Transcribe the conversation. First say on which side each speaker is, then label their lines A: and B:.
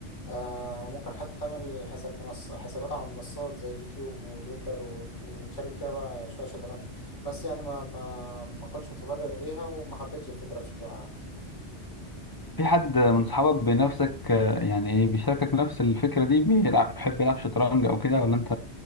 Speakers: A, on the left; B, on the left.
A: آه ممكن حتى تعمل حساب منصة حسابات على منصات زي اليوتيوب وتويتر وت- وتشارك فيها بقى شوية شطرنج بس يعني ما ما ما كنتش متفرغ ليها وما حبيتش الفكرة بشكل عام
B: حد من صحابك بنفسك آه، يعني إيه بيشاركك نفس الفكره دي بيلعب بيحب يلعب شطرنج او كده ولا انت